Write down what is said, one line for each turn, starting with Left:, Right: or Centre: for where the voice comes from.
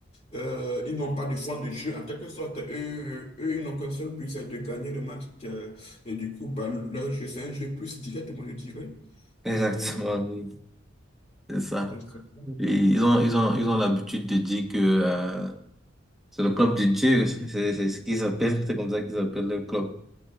Left: euh, ils n'ont pas de fond de jeu. En quelque sorte, eux, eux, ils n'ont qu'un seul but, c'est de gagner le match. euh, et du coup, bah, leur jeu, c'est un jeu plus direct, moi, je dirais.
Centre: Exactement,
Left: Euh,
Centre: oui. C'est ça.
Left: dans ce sens,
Centre: Et ils ont, ils ont, ils ont l'habitude de dire que euh, c'est le club de Dieu, <laughs> c'est c'est ce qu'ils appellent, c'est comme ça qu'ils appellent le club.